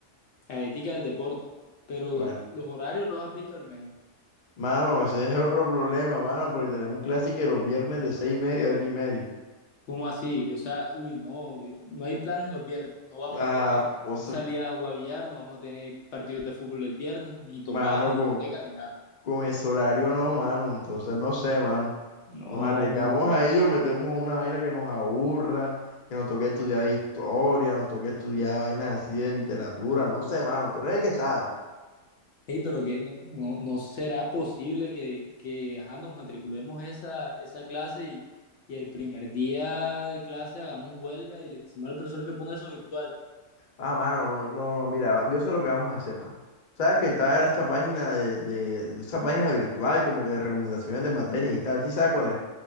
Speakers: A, on the left; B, on the left.
A: a ética del deporte, pero
B: Bueno.
A: los horarios los has visto al menos.
B: Mano, ese es otro problema, mano, porque tenemos clase que los viernes de seis y media a ocho y media.
A: ¿Cómo así? O sea, uy, no, no hay planes los viernes, no vamos
B: Ah,
A: a tener
B: o sea,
A: salidas a guavillar, no vamos a tener partidos de fútbol el viernes, ni tomada,
B: mano,
A: ni discoteca,
B: con,
A: ni nada.
B: con ese horario no, mano. Entonces, no sé, mano.
A: No,
B: Nos arriesgamos
A: hombre.
B: a ello, metemos una vaina que nos aburra, que nos toque estudiar historia, nos toque estudiar vainas así de literatura, no sé, mano. Tú eres el que sabe.
A: Ey, pero que no, no, no será posible que, que ajá, nos matriculemos esa, esa clase y, y el primer día de clase hagamos huelga y le decimos al profesor que ponga eso virtual.
B: Ah, mano, no, no, no, mira, yo sé lo que vamos a hacer, mano. Sabes que está en esta página de, de, de esta página virtual, como que de recomendaciones de materias y tal. ¿Sí sabes cuál es?